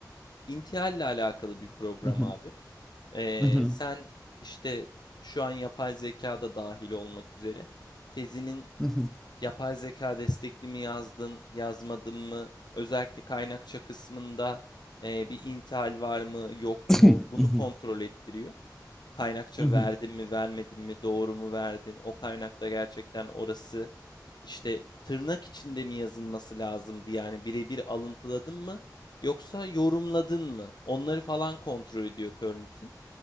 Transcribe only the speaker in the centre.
Hı hı,
hı hı,
hı hı,
hı
hı,
hı hı,